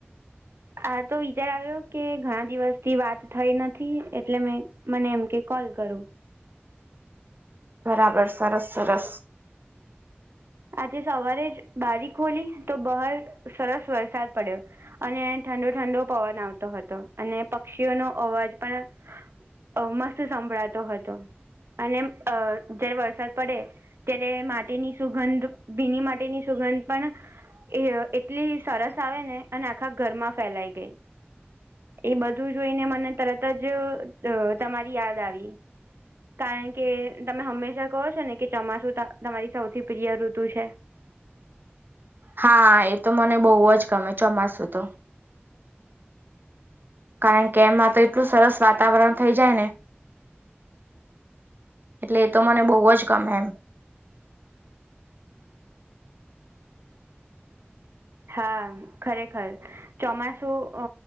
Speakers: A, on the right; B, on the right.
A: આ તો વિચાર આવ્યો કે ઘણા દિવસથી વાત થઈ નથી એટલે મેં મને એમ કે કોલ કરું.
B: બરાબર સરસ સરસ.
A: આજે સવારે જ બારીક ખોલી તો બહાર સરસ વરસાદ પડ્યો. અને ઠંડો ઠંડો પવન આવતો હતો અને પક્ષીઓનો અવાજ પણ અ મસ્ત સંભળાતો હતો અને અ જયારે વરસાદ પડે ત્યારે માટીની સુગંધ ભીની માટીની સુગંધ પણ એ એટલી સરસ આવે ને અને આખા ઘરમાં ફેલાઈ ગઈ. એ બધું જોઈને મને તરત જ અ તમારી યાદ આવી. કારણ કે તમે હંમેશા કહો છો ને કે ચોમાસુ અ તમારી સૌથી પ્રિય ઋતુ છે.
B: હા એ તો મને બહુ જ ગમે ચોમાસું તો. કારણ કે એમાં તો એટલું સરસ વાતાવરણ થઈ જાય ને. એટલે એ તો મને બહુ જ ગમે એમ.
A: હા ખરેખર. ચોમાસું અ